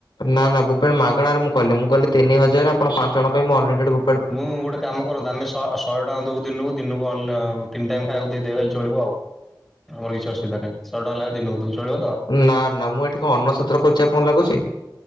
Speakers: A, on the left (about 80°); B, in the centre.
A: ନା ନା ବୁଫେ ମାଗଣାରେ ମୁ କହିଲି ନେଇ ମୁଁ କହିଲି ତିନି ହଜାର ଆପଣ ପାଞ୍ଚଜଣ ପାଇଁ ମୁଁ ଅଲରେଡି ବୁ
B: ମୁଁ ଗୋଟେ କାମ କରନ୍ତୁ ଆମେ ତ ଶହେ ଟଙ୍କା ଦବୁ ଦିନକୁ, ଦିନକୁ ତିନି ଟାଇମ୍ ଖାଇବାକୁ ଦେଇଦେବେ ହେଲେ ଚଳିବ ଆଉ। ଆମର କିଛି ଅସୁବିଧା ନାହିଁ, ଶହ ଟଙ୍କା ଲାଖେ ଦିନକୁ ଦବୁ ଚଳିବ ତ?
A: ନା ନା ମୁଁ ଏଠି କଣ ଅନ ତ୍ର କରିଛି ଆପଣ ଲାଗୁଛି?